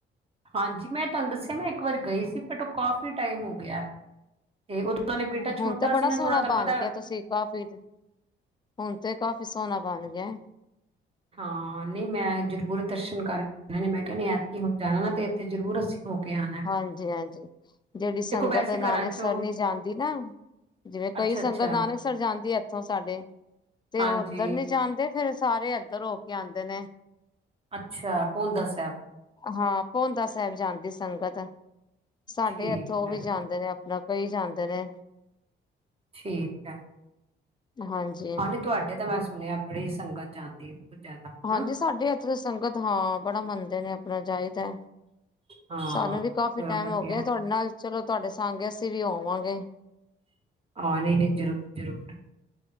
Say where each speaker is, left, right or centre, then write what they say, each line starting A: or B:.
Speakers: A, on the right; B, on the left.
A: ਹਾਂਜੀ ਮੈਂ ਤੁਹਾਨੂੰ ਦੱਸਿਆ ਮੈਂ ਇੱਕ ਵਾਰ ਗਈ ਸੀ ਬਟ ਉਹ ਕਾਫ਼ੀ ਟਾਈਮ ਹੋ ਗਿਆ ਤੇ ਉਦੋਂ ਨਾਲੇ ਬੇਟਾ ਛੋਟਾ
B: ਹੁਣ ਤੇ ਬੜਾ
A: ਸੀ ਨਾ
B: ਸੋਹਣਾ
A: ਥੋੜ੍ਹਾ ਤੁਹਾਨੂੰ
B: ਬਣ
A: ਪਤੈ
B: ਗਿਆ ਤੁਸੀਂ ਕਾਫੀ ਹੁਣ ਤੇ ਕਾਫੀ ਸੋਹਣਾ ਬਣ ਗਿਐ
A: ਹਾਂ ਨਹੀਂ ਮੈਂ ਜ਼ਰੂਰ ਦਰਸ਼ਨ ਕਰਕੇ ਆਨਾਂ ਮੈਂ ਕਿਹਾ ਐਤਕੀ ਹੁਣ ਜਾਣਾ ਨਾ ਤੇ ਇੱਥੇ ਜ਼ਰੂਰ ਅਸੀਂ ਹੋ ਕੇ ਆਣਾ
B: ਹਾਂਜੀ -ਹਾਂਜੀ ਜਿਹੜੀ ਸੰਗਤ
A: ਤੇ ਕੋਈ ਵੈਸੇ
B: ਨਾਨਕ
A: ਘਰਾਂ ਚੋਂ
B: ਸਰ ਨੀ ਜਾਂਦੀ ਨਾ ਜਿਵੇਂ
A: ਅੱਛਾ
B: ਕਈ
A: ਅੱਛਾ
B: ਸੰਗਤ ਨਾਨਕਸਰ ਜਾਂਦੀ ਏ ਇੱਥੋਂ ਸਾਡੇ ਤੇ
A: ਹਾਂਜੀ
B: ਉਹ ਉੱਧਰ ਨੀ ਜਾਂਦੇ ਫੇਰ ਸਾਰੇ ਇੱਧਰ ਹੋ ਕੇ ਆਂਦੇ ਨੇ
A: ਅੱਛਾ ਪੋਂਦਾ ਸਾਹਿਬ
B: ਹਾਂ ਪੋਂਦਾ ਸਾਹਿਬ ਜਾਂਦੀ ਸੰਗਤ ਸਾਡੇ
A: ਠੀਕ
B: ਇੱਥੋਂ
A: ਹੈ
B: ਵੀ ਜਾਂਦੇ ਨੇ ਨਾ <unintelligible> ਜਾਂਦੇ ਨੇ
A: ਠੀਕ ਹੈ
B: ਹਾਂਜੀ
A: ਹਾਂ ਨਹੀਂ ਤੁਹਾਡੇ ਤੇ ਮੈਂ ਸੁਣਿਐ ਬੜੀ ਸੰਗਤ ਜਾਂਦੀ ਹੈ ਬਹੁਤ ਜ਼ਿਆਦਾ ਹਨਾ
B: ਹਾਂਜੀ ਸਾਡੇ ਇੱਥੇ ਸੰਗਤ ਹਾਂ ਬੜਾ ਮੰਨਦੇ ਨੇ ਆਪਣਾ ਜਾਈਦੈ
A: ਹਾਂ
B: ਸਾਨੂੰ ਵੀ ਕਾਫੀ
A: ਚਲੋ
B: ਟੈਮ
A: ਵਧੀਆ
B: ਹੋ ਗਿਐ ਤੁਹਾਡੇ ਨਾਲ ਚਲੋ ਤੁਹਾਡੇ ਸੰਗ ਅਸੀਂ ਵੀ ਹੋਵਾਂਗੇ
A: ਆਹ ਨਹੀਂ ਨਹੀਂ ਜ਼ਰੂਰ- ਜ਼ਰੂਰ